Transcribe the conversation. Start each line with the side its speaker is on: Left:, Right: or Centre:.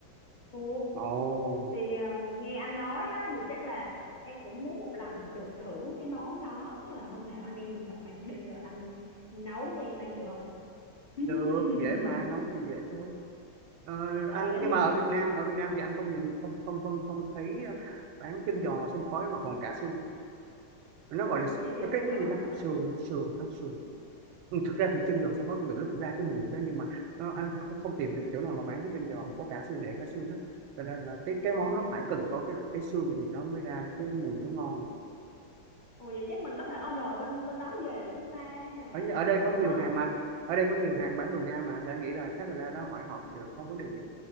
Left: Ồ.
Right: ồ
Left: Thì ờ, nghe anh nói á thì chắc là em cũng muốn một lần được thử cái món đó, chắc là hôm nào anh em mình gặp mặt đi rồi anh nấu cho em ăn được không? <laughs>
Right: được dễ mà nấu thì dễ thôi Ờ,
Left: ờ
Right: anh
Left: nó nhìn
Right: nhưng mà ở Việt Nam ở Việt Nam thì anh không nhìn không không không không thấy bán chân giò xông khói mà còn cả xương nó
Left: ồ
Right: gọi là s-
Left: vậy thì
Right: nó
Left: hơi
Right: cái
Left: khó
Right: cái gì ta
Left: ờ.
Right: sườn sườn nó sườn ừ, thực ra thì chân giò xông khói cũng được nó cũng ra cái mùi đó nhưng mà nó, anh kh- không tìm được chỗ nào mà bán cái chân giò mà có cả xương để cả xương hết cho nên là cái cái món
Left: ừ.
Right: nó phải cần có cái cái xương thì nó mới ra được cái mùi nó ngon được
Left: ồ vậy chắc mình có thể order bên bên đó về được không ta hay là
Right: ở, ở đây có nhiều
Left: khó
Right: hàng mà ở đây có nhiều hàng bán đồ Nga mà Thì anh nghĩ là chắc là ra đó hỏi họ cũng được không vấn đề gì